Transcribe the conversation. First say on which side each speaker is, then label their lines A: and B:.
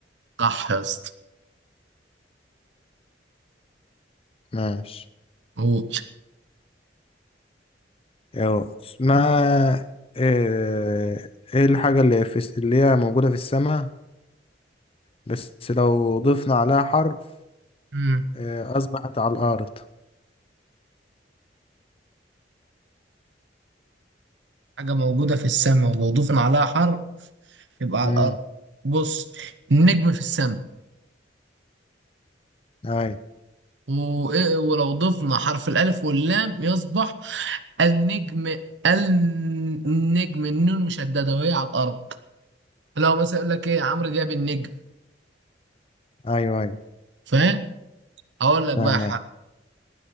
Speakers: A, on the right; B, on the left.
A: صح يا اسطى
B: ماشي
A: قول
B: ايوه اسمها آه، ايه الحاجة اللي في الس- اللي هي موجودة في السماء بس لو ضفنا عليها حرف
A: مم.
B: آه، أصبحت على الأرض
A: حاجة موجودة في السماء ولو ضفنا عليها حرف يبقى على
B: امم
A: الأرض بص النجم في السماء
B: أي
A: وإيه ولو ضفنا حرف الألف واللام يصبح النجم النجم النون مشددة وهي على الأرض لو مثلا يقول لك إيه عمرو جاب النجم
B: أيوه أيوه
A: فاهم أقول لك
B: فاهم
A: بقى حاجة
B: أيوه